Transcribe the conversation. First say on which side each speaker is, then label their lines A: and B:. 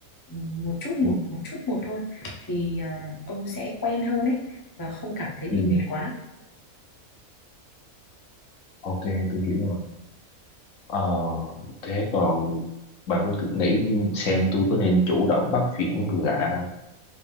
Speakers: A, on the left; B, on the left.
A: Ừ, Một chút một
B: ừ.
A: một chút một thôi thì à, ông sẽ quen hơn ấy và không cảm thấy bị
B: Ừ.
A: mệt quá.
B: ok tôi hiểu rồi ờ thế còn bà có nghĩ xem tôi có nên chủ động bắt chuyện với người lạ không